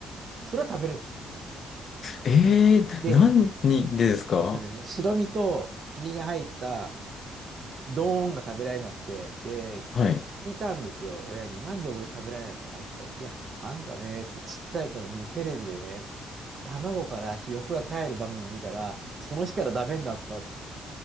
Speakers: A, on the right; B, on the left.
A: それは食べれる。
B: えー、
A: で、
B: 何でですか
A: それでね、白身と黄身が入ったドーンが食べられなくて、で、
B: はい。
A: 聞いたんですよ、親に。なんで俺食べられないのかなって言ったら、いや、あんたね、っつってちっちゃい頃にテレビでね、っつって卵からひよこが帰る場面を見たら、その日からダメになったっつって、